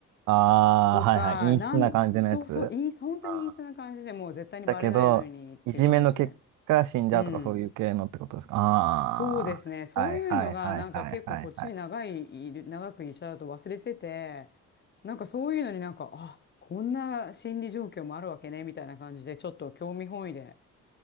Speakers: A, on the right; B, on the left.
A: ああ、
B: とか、
A: はいはい。陰湿な感じのやつ。
B: なん、そうそう、いい、本当にいいそうな感じでもう絶対にバレないようにっていう感じで。
A: ああ、だけど、いじめの結果死んじゃうとかそういう系のってことですか。
B: うん。
A: ああ、
B: そうですね。そういうのが、
A: はいはいはいはいはいはい。
B: なんか結構こっちに長い、いる長くいちゃうと忘れてて、なんかそういうのになんか、あ、こんな心理状況もあるわけね、みたいな感じで、ちょっと興味本位で、